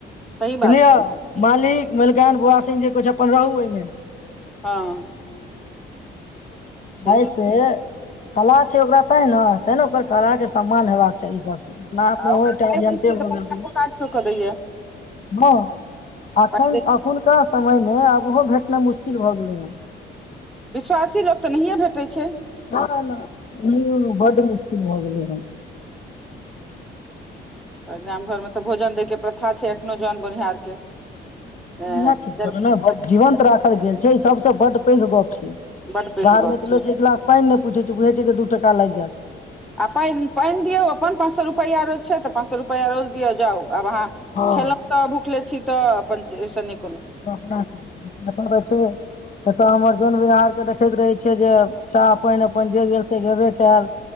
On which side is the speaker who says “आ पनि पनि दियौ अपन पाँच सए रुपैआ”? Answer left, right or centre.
Centre